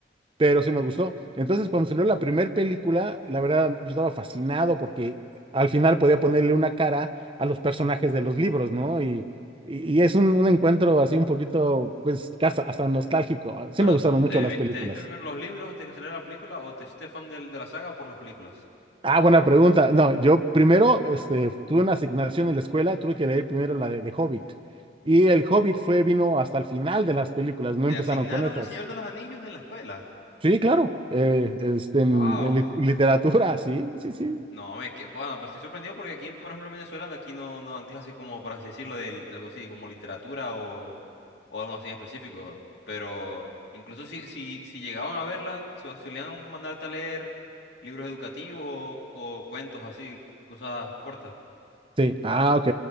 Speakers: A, on the right; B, on the left.
A: pero sí me gustó. Entonces, cuando salió la primera película, la verdad, yo estaba fascinado porque al final podía ponerle una cara a los personajes de los libros, ¿no? Y, y, y es un, un encuentro así un poquito, pues, casi hasta nostálgico. Sí
B: pero
A: me gustaron mucho
B: ¿te
A: las
B: viste,
A: películas.
B: te viste primero los libros antes de que saliera la película o te hiciste fan del- de la saga por las películas?
A: Ah, buena pregunta. No, yo primero este, tuve una asignación en la escuela, tuve que leer primero la de, de Hobbit. Y el Hobbit fue, vino hasta el final de las películas, no
B: ¿Te
A: empezaron
B: asignaron
A: con esas.
B: el Señor de los Anillos en la escuela?
A: Sí, claro. eh, este, en,
B: Wow.
A: en lit- literatura, <laughs> sí, sí, sí.
B: No, es que, bueno, pues estoy sorprendido porque aquí, por ejemplo, en Venezuela, no- aquí no, no dan clases como, por así decirlo, de, de algo así como literatura o, o algo así en específico. Pero incluso si, si, si llegaban a verlas, su- solían mandarte a leer libros educativos o, o cuentos así, cosas cortas.
A: Sí, ah, ok.